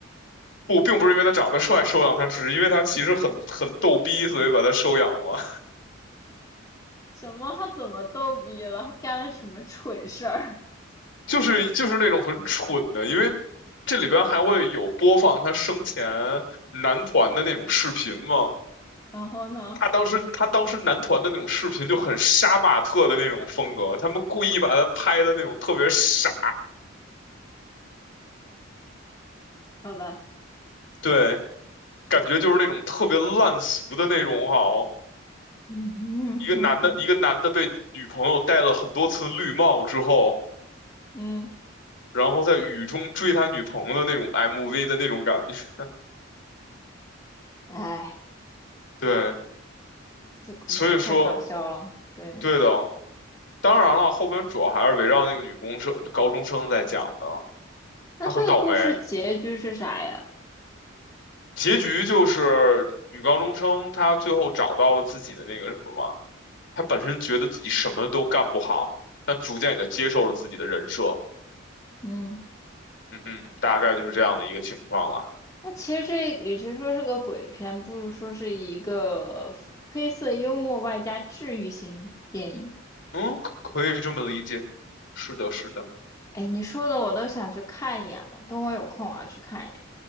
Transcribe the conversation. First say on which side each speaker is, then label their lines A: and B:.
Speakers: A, on the left; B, on the left.
A: 不，并不是因为他长得帅收养他，只是因为他其实很很逗逼，所以把他收养了。
B: 什么？他怎么逗逼了？他干了什么蠢事儿？
A: <laughs> 就是就是那种很蠢的，因为这里边还会有播放他生前男团的那种视频嘛。
B: <laughs> 嗯，然后呢？
A: 他当时他当时男团的那种视频就很杀马特的那种风格，他们故意把他拍的那种特别傻，
B: 好吧。
A: 对，感觉就是那种特别烂俗的那种哈哦。
B: <laughs> 嗯哼哼哼，
A: 一个男的，一个男的被女朋友戴了很多次绿帽之后。
B: 嗯，
A: 然后在雨中追他女朋友的那种 MV 的那种感觉。<laughs>
B: 哎，
A: 对，
B: 这故事太搞笑了。
A: 所以说，
B: 对，
A: 对的。当然了，后边主要还是围绕那个女公生、高中生在讲的。
B: 那这个故事结局是啥呀？
A: 她很倒霉，结局就是女高中生她最后找到了自己的那个什么嘛。她本身觉得自己什么都干不好，但逐渐也就接受了自己的人设。
B: 嗯，
A: 嗯嗯，大概就是这样的一个情况了。
B: 那其实这与其说是个鬼片，不如说是一个黑色幽默外加治愈型电影。
A: 嗯，可以这么理解。是的，是的，
B: 哎，你说的我都想去看一眼了，等我有空我要去看一眼。